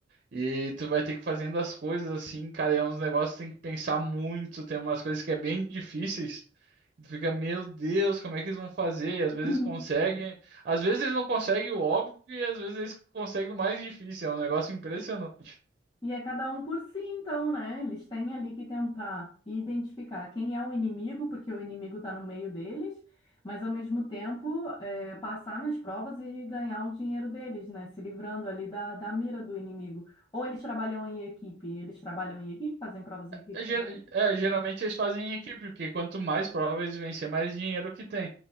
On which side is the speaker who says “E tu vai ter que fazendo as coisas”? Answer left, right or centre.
Right